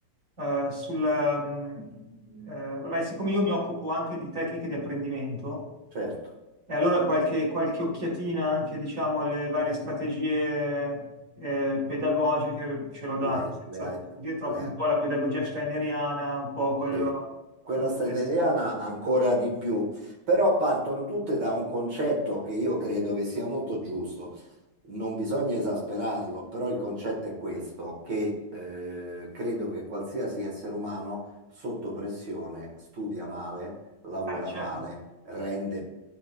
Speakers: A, on the right (about 50°); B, on the right (about 90°).
A: eh, sul... mm, eh, vabbè, siccome io mi occupo anche di tecniche di apprendimento,
B: certo,
A: E allora qualche, qualche occhiatina anche, diciamo, alle varie strategie eh, pedagogiche ce l'ho data,
B: lei,
A: senza
B: le ha-
A: dire troppo,
B: le
A: un
B: ha-
A: po' la pedagogia steineriana, un po' quello...
B: sì. Quella
A: la Montessori.
B: statunitense ancora di più, però partono tutte da un concetto che io credo che sia molto giusto. Non bisogna esasperarlo, però il concetto è questo, che eh, credo che qualsiasi essere umano sotto pressione studia male, lavora
A: Ah, certo.
B: male, rende